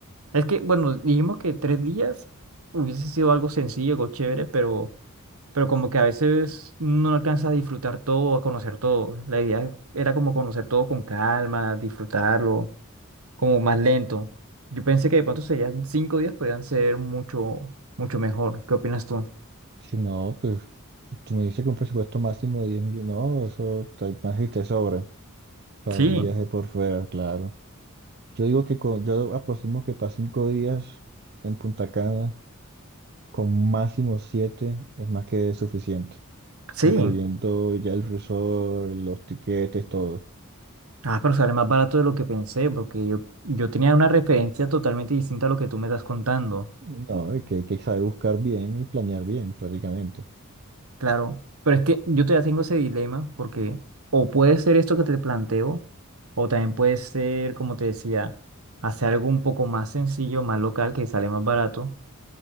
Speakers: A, on the right; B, on the right.
A: Es que, bueno, dijimos que tres días hubiese sido algo sencillo, algo chévere, pero, pero como que a veces no alcanza a disfrutar todo, a conocer todo. La idea era como conocer todo con calma, disfrutarlo, como más lento. Yo pensé que de pronto serían cinco días, podrían ser mucho, mucho mejor. ¿Qué opinas tú?
B: Si no, pues tú me dices que un presupuesto máximo de 10 millones, no, eso tal- más y te sobra para
A: Sí,
B: un viaje por fuera, claro. Yo digo que con yo aproximo que para cinco días en Punta Cana, con máximo siete, es más que suficiente,
A: sí.
B: incluyendo ya el resort, los tiquetes, todo.
A: Ah, pero sale más barato de lo que pensé, porque yo, yo tenía una referencia totalmente distinta a lo que tú me estás contando.
B: No, es que hay que saber buscar bien y planear bien prácticamente.
A: Claro, pero es que yo todavía tengo ese dilema porque o puede ser esto que te planteo, o también puede ser, como te decía, hacer algo un poco más sencillo, más local, que sale más barato,